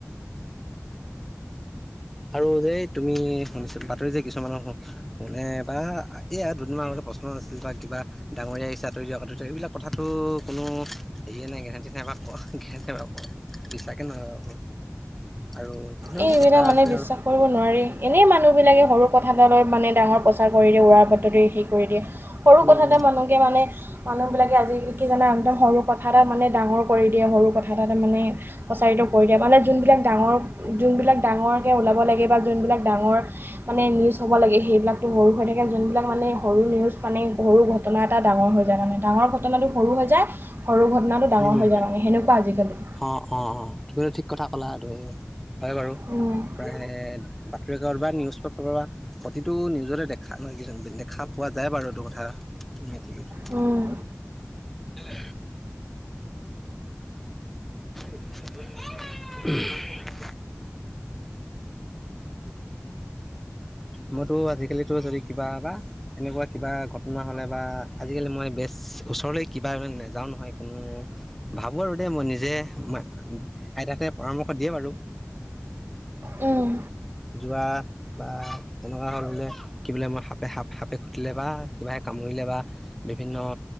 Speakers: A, in the centre; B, on the right.
A: আৰু যে তুমি শুনিছোঁ, বাতৰি যে কিছুমানৰ কোনে বা এইয়া দুদিনমানৰ আগতে প্ৰশ্ন নাছিল বা কিবা ডাঙৰ আহিছে আতৰি দিয়া, এইবিলাক কথাটো কোনো হেৰী এই নাই, <unintelligible> বিশছাকে নহয়ব আৰু <unintelligible>
B: এইবিলাক
A: কথা
B: মানে
A: আ
B: বিশ্বাস কৰিব নোৱাৰি। এনেই মানুহবিলাকে সৰু কথালৈ মানে ডাঙৰ প্ৰচাৰ কৰি দিয়ে, উৰাৰ বাতৰি সেই কৰি দিয়ে। সৰু
A: উম
B: কথা এটা
A: উম
B: মানুহয়ে মানে মানুহবিলাকে আজিকালি কি জানা, একদম সৰু কথা এটা মানে ডাঙৰ কৰি দিয়ে, সৰু কথা এটা মানে প্ৰচাৰিত কৰি দিয়ে, মানে যোনবিলাক ডাঙৰ, যোনবিলাক ডাঙৰকে ওলাব লাগে বা যোনবিলাক ডাঙৰ মানে নিউজ হ'ব লাগে, সেইবিলাকতো সৰু হৈ থাকে, যোনবিলাক মানে সৰু নিউজ মানে সৰু ঘটনা এটাই ডাঙৰ হৈ যায় মানে। ডাঙৰ ঘটনাটো সৰু হৈ যায়, সৰু ঘটনাটো ডাঙৰ
A: উম
B: হৈ যায়, মানে সেনেকুৱা আজিকালি।
A: অ', অ', অ', তুমিতো ঠিক কথা ক'লা, এইটো হয় বাৰু,
B: আজিকালি
A: প্ৰায় ৰেড বা নিউজ পেপাৰৰ বা প্ৰতিটো নিউজতে দেখা, দেখা পোৱা যায় বাৰু এইটো কথা। উম, ঠিকেই আছোঁ।
B: উম।
A: দিলে। উম। মইতো আজিকালিটো যদি কিবা বা এনেকুৱা কিবা ঘটনা হ'লে বা আজিকালি মই বেচ ওচৰলৈ কিবা নাযাও নহয়, কোনো ভাবোঁ আৰু দেই মই নিজে, আইতা হতে পৰামৰ্শ দিয়ে বাৰু।
B: উম।
A: যোৱা বা এনেকুৱা হ'ল বোলে, কি বোলে মই সাপে-সাপ-সাপে খুটিলে বা কিবাহে কামুৰিলে বা বিভিন্ন